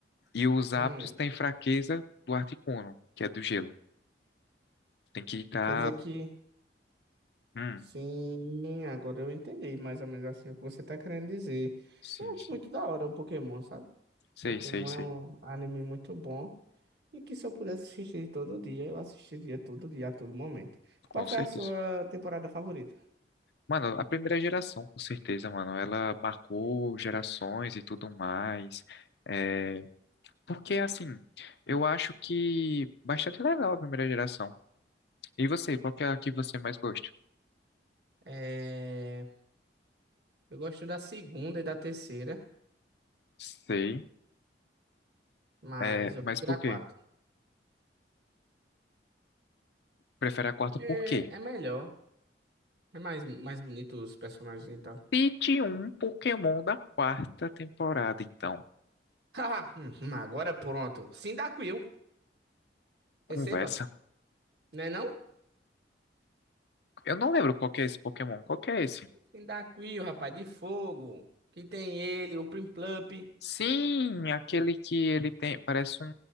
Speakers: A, on the left (about 65°); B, on the right (about 65°).
A: E os Aptos
B: hum.
A: tem fraqueza do Articuno, que é do gelo. Tem que estar.
B: Quer dizer que.
A: Hum,
B: Sim, agora eu entendi mais ou menos assim o que você tá querendo dizer.
A: sim,
B: Eu acho
A: sim.
B: muito da hora o Pokémon, sabe?
A: Sei,
B: Pokémon
A: sei, sei.
B: é um anime muito bom. E que se eu pudesse assistir todo dia, eu assistiria todo dia, a todo momento.
A: Com
B: Qual foi
A: certeza.
B: a sua temporada favorita?
A: Mano, a primeira geração, com certeza, mano. Ela marcou gerações e tudo mais. É, Porque, assim, eu acho que bastante legal a primeira geração. E você, qual que é a que você mais gosta?
B: É. Eu gosto da segunda e da terceira,
A: Sei.
B: mas
A: É,
B: eu
A: mas
B: prefiro
A: por
B: a
A: quê?
B: quarta.
A: Prefere a quarta
B: Porque
A: por quê?
B: é melhor. É mais, mais bonito os personagens e tal.
A: Cite um Pokémon da quarta temporada, então.
B: <laughs> Haha, hum, agora pronto. Sindacuil,
A: Conversa.
B: receba. Não é não?
A: Eu não lembro qual que é esse Pokémon. Qual que é esse?
B: Sindacuil, rapaz, de fogo. Que tem ele, o Plim Plump.
A: Sim, aquele que ele tem. Parece um,